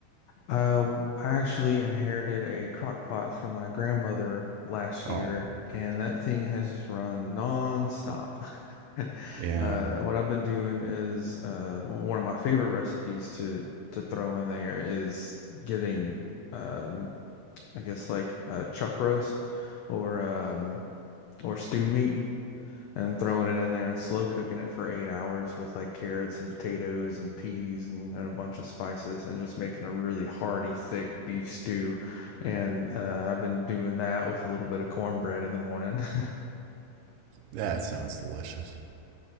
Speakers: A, on the left; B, on the right.
A: Uh, w- I actually inherited a crock pot from my grandmother last year,
B: Oh,
A: and that thing has run nonstop. <laughs>
B: yeah,
A: Uh, what I've been doing is uh, one of my favorite recipes to to throw in there is getting um, I guess like uh, chuck roast or um, or stew meat and throwing it in there and slow cooking it for eight hours with like carrots and potatoes and peas and, and a bunch of spices and just making a really hearty, thick beef stew. And uh, I've been doing that with a little bit of cornbread in the morning. <laughs>
B: that sounds delicious.